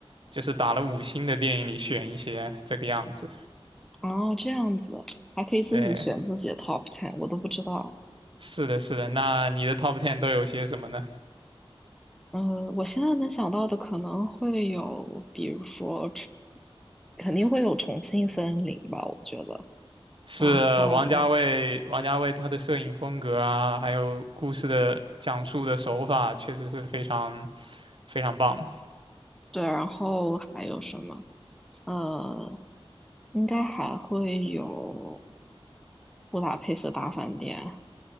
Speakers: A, on the right (about 55°); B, in the centre.
A: 就是打了五星的电影里选一些，这个样子。
B: 哦，这样子还可以自己选自己的
A: 对，
B: top ten，我都不知道。
A: 是的，是的。那你的 Top Ten 都有些什么呢？
B: 呃，我现在能想到的可能会有，比如说重，肯定会有重庆森林吧，我觉得。
A: 是王家卫，
B: 然后
A: 王家卫他的摄影风格啊，还有故事的讲述的手法，确实是非常非常棒。
B: 对，然后还有什么？呃，应该还会有布达佩斯大饭店。